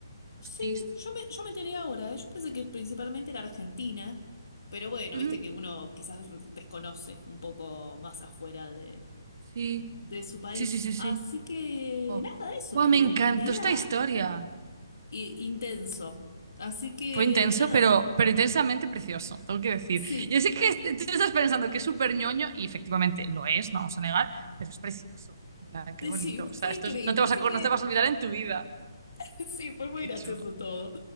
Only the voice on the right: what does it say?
Hostis.
Ujú.
Sí.
Sí, sí, sí, sí.
Oh.
Buah,
me encantó
esta historia.
Fue intenso,
pero, pero intensamente precioso, tengo que decir.
Yo sé que est- tú estás pensando que es súper ñoño y efectivamente lo es, no vamos a negar, pero es precioso. En plan, qué
bonito.
O sea,
esto
es- no te vas
a, acor-
no te vas a olvidar en tu vida.
Qué
chulo.